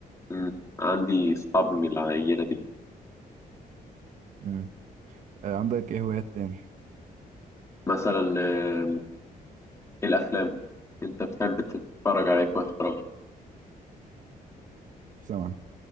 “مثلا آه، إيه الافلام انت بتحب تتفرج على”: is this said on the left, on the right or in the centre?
Left